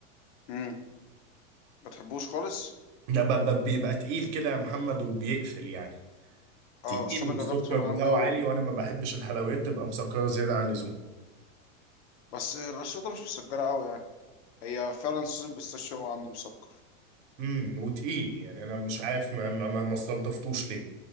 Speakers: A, on the left; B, on the right.
A: امم بتحبوش خالص
B: ده ب- ب- بيبقى تقيل كده يا محمد وبيقفل يعني
A: اه
B: تقيل
A: اصل
B: والسكر
A: انا جربت من
B: بتاعه
A: عنده
B: عالي وانا ما بحبش الحلويات تبقى مسكره زياده عن اللزوم
A: بس القشطة مش مسكرة قوي يعني هي فعلا صوص البيستاشيو هو عنده مسكر
B: امم وتقيل يعني انا مش عارف ما ما ما ما استلطفتوش ليه